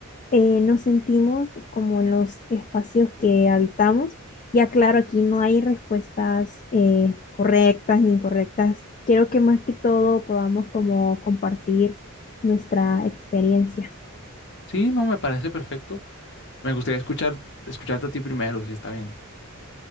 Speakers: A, on the left (about 35°); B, on the left (about 55°).
A: eh, nos sentimos como en los espacios que habitamos. Ya claro, aquí no hay respuestas eh, correctas ni incorrectas. Quiero que más que todo podamos como compartir nuestra experiencia.
B: Sí, no, me parece perfecto. Me gustaría escuchar, escucharte a ti primero, si está bien.